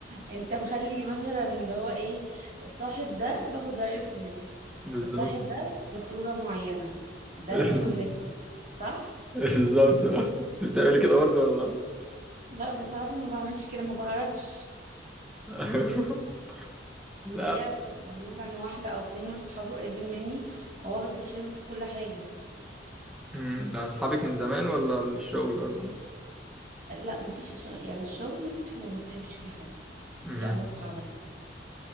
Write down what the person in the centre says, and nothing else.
بالظبط
<laughs>
بالظبط اه. انت بتعملي كده برضه ولا
<laughs> لا
امم ده اصحابك من زمان ولا من الشغل ولا
امم